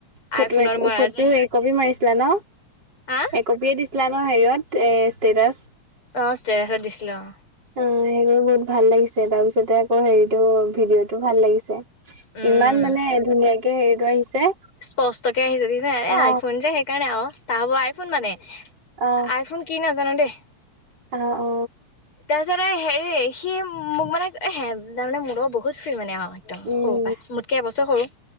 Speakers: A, on the right; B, on the left.
A: ফটো
B: আইফোনত
A: এক
B: মৰা
A: ফটো
B: যে
A: এক কপি মাৰিছিলা ন,
B: আহ
A: এক কপিয়ে দিছ ছিলা ন হেৰিয়ত এই ষ্টেটাছ।
B: অ ষ্টেটাচত দিছিলে অ।
A: অ সেইবোৰ বহুত ভাল লাগিছে তাৰ পিছতে আকৌ হেৰিটো ভিডিঅ'টো ভাল লাগিছে।
B: উম
A: ইমান মানে ধুনীয়াকে হেৰিটো আহিছে।
B: স্পষ্টকে আহিছে দিছে এ
A: অ
B: আইফোন যে সেইকাৰণে অ তা হ'ব আইফোন মানে
A: অ
B: আইফোন কি নাজানো দেই?
A: অ অ
B: তাৰপিছতে হেৰি সি মোক মানে এ হে তাৰমানে মোৰ লগৰ বহুত ফ্ৰী মানে হয়। একদম
A: উম
B: সৰু পাই, মোতকে এবছৰ সৰু